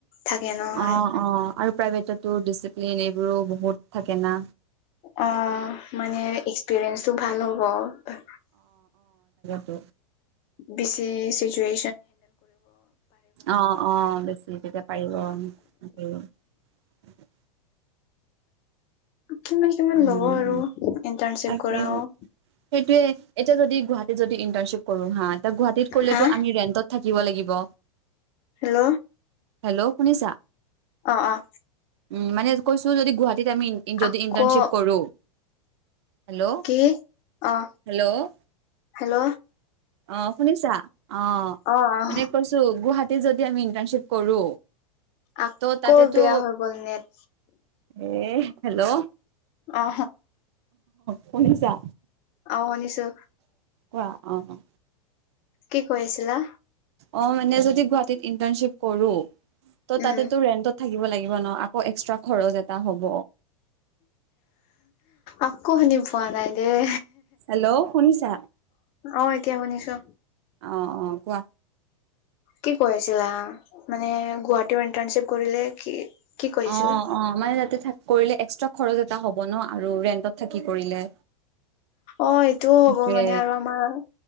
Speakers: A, on the left (about 35°); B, on the right (about 50°).
A: থাকে
B: অ',
A: নহয়।
B: অ', আৰু প্ৰাইভেটতো ডিচিপ্লিন এইবোৰো বহুত থাকে না।
A: অ মানে এক্সপিৰিয়েন্ঞ্চটো ভাল হ'ব
B: ত।
A: বেছি চিটোৱে
B: অ অ বেছি তেতিয়া পাৰিব <unintelligible>
A: কিমান কিমান
B: উম,
A: ল'ব আৰু ইন্টাৰ্ণশ্বিপ
B: তাকে
A: কৰাও
B: সেইটোয়ে এতিয়া যদি গুৱাহাটীত যদি ইণ্টাৰণশ্বিপ কৰো হা এতিয়া গুৱাহাটীত কৰিলেতো
A: হা
B: আমি ৰেন্টত থাকিব লাগিব
A: হেল্ল'।
B: হেল্ল' শুনিছা?
A: অঁ অঁ
B: উম মানে কৈছো যদি গুৱাহাটীত আমি যদি
A: আকৌ
B: ইন্টানশ্বিপ কৰো। হেল্ল'
A: কি অ
B: হেল্ল'
A: হেল্ল'।
B: অ শুনিছা অ
A: অ অ
B: মানে কৈছো গুৱাহাটীত যদি আমি ইটাৰণশ্বিপ কৰো
A: আকৌ
B: ত' তাতেতো
A: বেয়া হৈ গ'ল নেট।
B: এ হেল্ল'
A: অ
B: শুনিছা?
A: ও শুনিছো।
B: কোৱা অ অ।
A: কি কৈ আছিলা?
B: অ মানে যদি গুৱাহাটীত ইন্টাৰঞ্চিপ কৰোঁ ত
A: উম
B: তাতে তো ৰেণ্টত থাকিব লাগিব থাকিব ন আকৌ এক্সট্ৰা থাকিব ন। খৰচ এটা হ'ব।
A: আকৌ শুনি পোৱা নাই দেই
B: হেল্ল শুনিছা?
A: অ এতিয়া শুনিছো।
B: অ অ কোৱা।
A: কি কৈ আছিলা মানে গুৱাহাটীত ইন্টাৰশ্বিপ কৰিলে কি কি কৰিছিলা
B: অ অ মানে তাতে কৰিলে এক্সট্ৰা খৰচ এটা হ'ব ন আৰু ৰেন্টত থাকি কৰিলে।
A: অ এইটোও
B: সেইটোৱে
A: হ'ব মানে আৰু আমাৰ